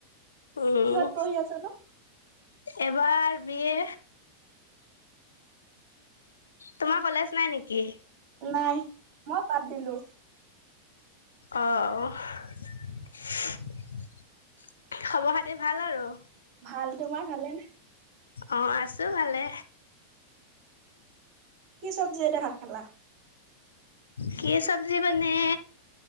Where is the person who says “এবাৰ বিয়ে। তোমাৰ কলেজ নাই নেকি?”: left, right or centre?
Left